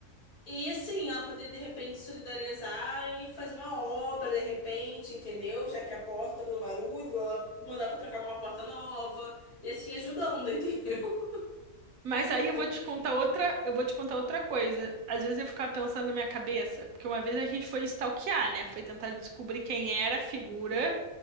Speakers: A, on the left; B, on the right.
A: E assim, ela poder de repente solidarizar e fazer uma obra de repente, entendeu? Já que a porta tá fazendo barulho, ela mandava trocar uma porta nova e assim ajudando, <laughs> entendeu?
B: Mas aí
A: Porque,
B: eu vou te contar outra, eu vou te contar outra coisa. Às vezes eu ficava pensando na minha cabeça, porque uma vez a gente foi stalkear, né? Foi tentar descobrir quem era a figura,